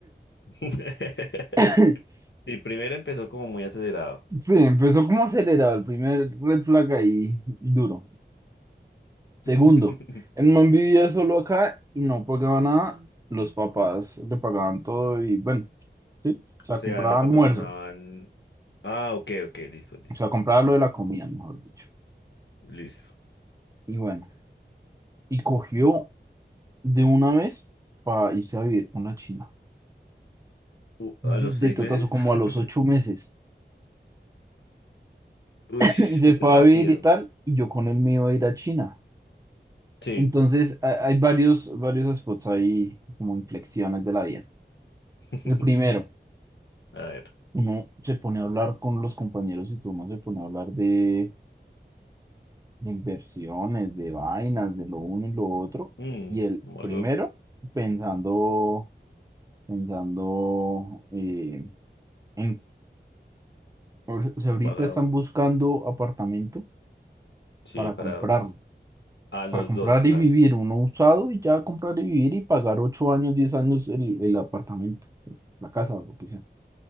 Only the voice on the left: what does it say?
<laughs>
Sí, primero empezó como muy acelerado.
<laughs>
O sea,
le patrocinaban.
Ah, ok, ok, listo, listo,
listo.
U-
¿A los
seis
meses?
<laughs>
Uy,
muy
rápido.
Sí.
<laughs>
A ver.
Mm,
como
algo
embagado.
Sí,
para
a los
dos. O
sea,